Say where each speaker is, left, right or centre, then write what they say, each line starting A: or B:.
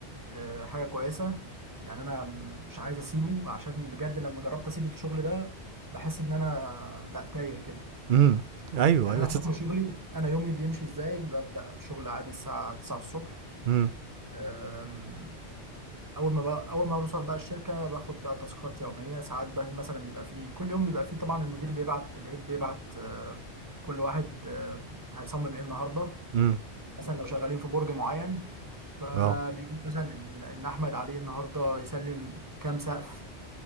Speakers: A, on the right; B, on the right.
A: آه، حاجة كويسة يعني انا مش عايز اسيبه عشان بجد لما جربت اسيب الشغل ده بحس ان انا لا تايه كده
B: امم ايوه
A: يعني
B: ايوه
A: انا
B: تت-
A: حكم مم. شغلي انا يومي بيمشي ازاي ببدأ شغل عادي الساعة 9 الصبح
B: امم
A: أم، اول ما بقى اول ما بوصل بقى الشركه باخد بقى تاسكات يوميه ساعات بقى مثلا بيبقى فيه كل يوم بيبقى فيه طبعا المدير بيبعت الهيد بيبعت آه، كل واحد آه، هيصمم ايه النهارده
B: امم
A: مثلا لو شغالين في برج معين فبيقول
B: اه
A: مثلا ان إن احمد عليه النهارده يسلم كام سقف